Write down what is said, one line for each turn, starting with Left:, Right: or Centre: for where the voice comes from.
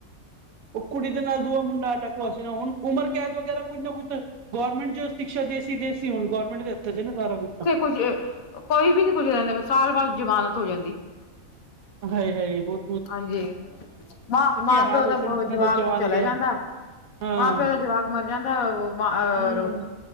Right: ਉਹ ਕੁੜੀ ਦੇ ਨਾਲ, ਦੂਆ ਮੁੰਡਾ ਅਟਕਿਆ ਸੀ ਨਾ, ਹੁਣ ਉਮਰ ਕੈਦ ਵਗ਼ੈਰਾ ਕੁੱਝ ਨਾ ਕੁੱਝ ਤੇ ਗੌਰਮੈਂਟ ਜੋ ਸ਼ਿਕਸ਼ਾ, ਦੇਸੀ-ਦੇਸੀ ਹੋਣ ਗੌਰਮੈਂਟ ਦੇ ਹੱਥਾਂ ਚ ਨਾ, ਸਾਰ ਕੁਛ ਤਾਂ
Left: ਕੁਝ ਕੋਈ ਵੀ ਨੁ ਕੁੱਝ ਕਹਿੰਦਾ, ਸਾਲ ਬਾਅਦ ਜ਼ਮਾਨਤ ਹੋ ਜਾਂਦੀ।
Right: ਹਾਏ, ਹਾਏ ਬੁਹ
Left: ਹਾਂਜੀ, ਹਾ ਮਾਂ
Right: ਹਾਲ
Left: -ਪਿਓ ਦਾ
Right: ਹੋ ਸਨ ਜਿਨਾਂ
Left: ਜਵਾਕ
Right: ਦਾ ਜਵਾਨ
Left: ਚਲਾ
Right: ਗਿਆ
Left: ਜਾਂਦਾ।
Right: ਹਾਂ
Left: ਮਾਂ- ਪਿਓ ਦਾ ਜਵਾਕ, ਮਰ ਜਾਂਦਾ ਉਹ ਮਾਰੋ।
Right: ਹੂੰ